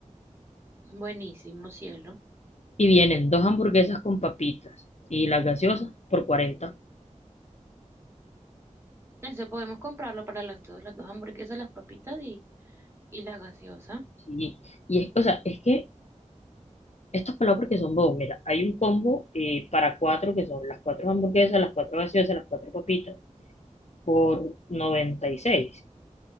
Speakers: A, on the right (about 20°); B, on the left (about 60°).
A: buenísimo, cielo.
B: Y vienen dos hamburguesas con papitas y las gaseosas por cuarenta
A: Eso podemos comprarlo para las dos, las dos hamburguesas, las papitas y, y la gaseosa,
B: Sí. Y es, o sea, es que estos pelados porque son bobos. Mira, hay un combo eh, para cuatro que son las cuatro hamburguesas, las cuatro gaseosas, las cuatro papitas por noventa y seis